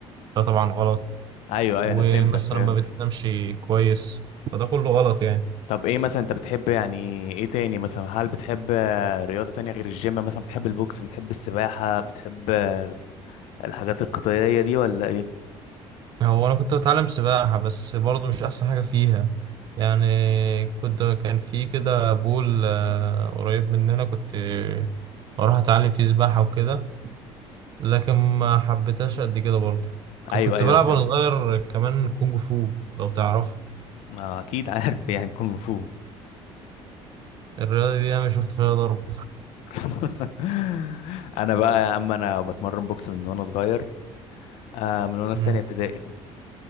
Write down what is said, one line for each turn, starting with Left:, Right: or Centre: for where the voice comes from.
Right: ده طبعا غلط
Left: ايوه ايوه
Right: ومثلا
Left: انا فهمتك فهمتك
Right: ما بتنامش كويس فده كله غلط يعني
Left: طب ايه مثلا انت بتحب يعني ايه تاني مثلا هل بتحب آه، رياضة تانية غير الجيم مثلا بتحب البوكس بتحب السباحة بتحب آه، الحاجات القتالية دي ولا ايه
Right: هو انا كنت بتعلم سباحة بس برضه مش احسن حاجة فيها يعني كنت كان في كده بول آه، قريب مننا كنت بروح اتعلم فيه سباحة وكده لكن ما حبيتهاش قد كده برضه ك-
Left: ايوه
Right: كنت
Left: ايوه
Right: بلعب
Left: فهمتك
Right: وانا صغير كمان كونج فو لو تعرف
Left: ما اكيد <laughs> عارف يعني كونغ فو
Right: الرياضة دي انا شفت فيها ضرب
Left: <laughs> انا بقى يا عم انا بتمرن بوكس من وانا صغير آه من وانا
Right: مم.
Left: في تانية ابتدائي